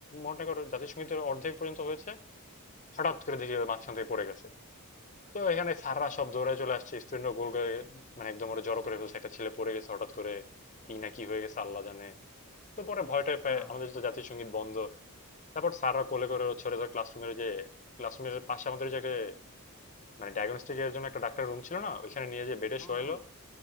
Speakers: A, on the left; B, in the centre.
A: মনে করো জাতীয় সঙ্গীতের অর্ধেক পর্যন্ত হয়েছে হঠাৎ করে দেখি ও মাঝখান থেকে পড়ে গেছে তো এখানে স্যাররা সব দৌড়ায় চলে আসছে স্টুডেন্টরা গোল করে মানে একদম ওরা জড়ো করে ফেলছে একটা ছেলে পড়ে গেছে হঠাৎ করে কি না কি হয়ে গেছে আল্লাহ জানে তো পরে ভয় টয়
B: আচ্ছা
A: পেয়ে আমাদের তো জাতীয় সঙ্গীত বন্ধ তারপর স্যাররা কোলে করে ছোটে ধরে ক্লাসরুমের যে ক্লাসরুমের পাশে আমাদের যে একটা মানে ডায়াগনস্টিক এর জন্য একটা ডাক্তার রুম ছিল না ওইখানে নিয়ে যে বেডে
B: হুম
A: শোয়াইলো
B: হুম